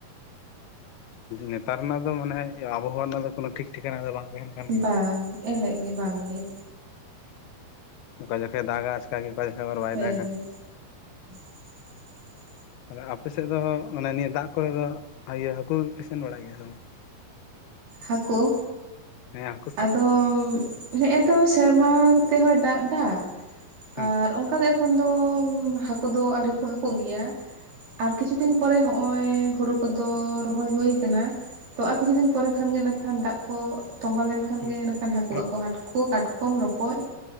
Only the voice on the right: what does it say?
ᱵᱟᱝ ᱮᱦᱮᱜ ᱜᱮ ᱵᱟᱝ ᱜᱮ
ᱦᱮᱸ
ᱦᱮᱸ <unintelligible>
ᱦᱟᱠᱳ
ᱟᱫᱚ ᱱᱮᱜ ᱮ ᱛᱚ ᱥᱮᱨᱢᱟ ᱛᱮᱦᱚᱭ ᱫᱟᱜ ᱫᱟ
ᱟᱨ ᱚᱝᱠᱟ ᱠᱷᱚᱱ ᱫᱚ ᱦᱟᱠᱳ ᱫᱚ ᱟᱹᱣᱨᱤ ᱠᱚ ᱦᱟᱠᱳᱜ ᱜᱮᱭᱟ ᱟᱨ ᱠᱤᱪᱷᱩ ᱫᱤᱱ ᱯᱚᱨᱮ ᱦᱚᱜ-ᱚᱭ ᱦᱳᱲᱳ ᱠᱚᱫᱚ ᱨᱚᱦᱚᱭ ᱦᱳᱭ ᱠᱟᱱᱟ ᱛᱚ ᱟᱨ ᱠᱤᱪᱷᱩ ᱫᱤᱱ ᱯᱚᱨᱮ ᱠᱷᱟᱱ ᱜᱮ ᱱᱟᱠᱷᱟᱱ ᱫᱟᱜ ᱠᱚ ᱛᱚᱢᱵᱟ ᱞᱮᱱᱠᱷᱟᱱ
ᱜᱮ ᱱᱟᱠᱷᱟᱱ ᱦᱟᱠᱳ
ᱟᱠᱚ
ᱦᱟᱴ ᱠᱚ ᱦᱟᱠᱳ, ᱠᱟᱴᱠᱚᱢ, ᱨᱚᱠᱚᱡ